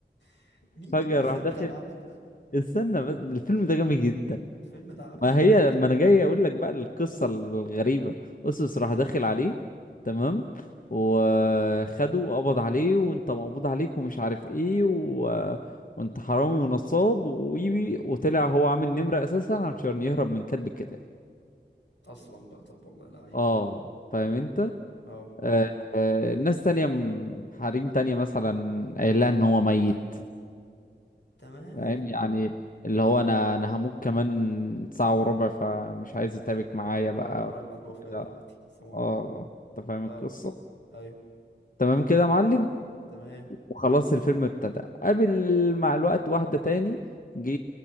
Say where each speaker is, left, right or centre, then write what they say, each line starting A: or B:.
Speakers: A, on the left; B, on the left.
A: <laughs> مين
B: فجأة
A: المخرج
B: راح داخل
A: بتاع العمل ده
B: استنى بس الفيلم ده جامد جدا
A: الفيلم ده عبثي
B: ما هي ما انا جاي اقول لك بقى القصة الغريبة اسوس راح داخل عليه تمام وخده وقبض عليه وانت مقبوض عليك ومش عارف ايه و... وانت حرامي ونصاب ويبي وطلع هو عامل نمرة اساسا عشان يهرب من كاتب الكتاب
A: اصلا بقى طب والله لعيب
B: اه فاهم انت
A: اه
B: آه آه ناس تانية م- حريم تانية مثلا قايل لها ان هو ميت
A: تمام
B: فاهم يعني اللي هو انا انا هموت كمان ساعة وربع فمش عايز اتعبك معايا
A: ورايا
B: بقى
A: ورايا ميعاد وفاة
B: كده
A: دلوقتي السلام عليكم
B: اه انت فاهم
A: اه
B: القصة
A: ايوه
B: تمام كده يا معلم
A: تمام
B: وخلاص الفيلم ابتدى قابل مع الوقت واحدة تاني جه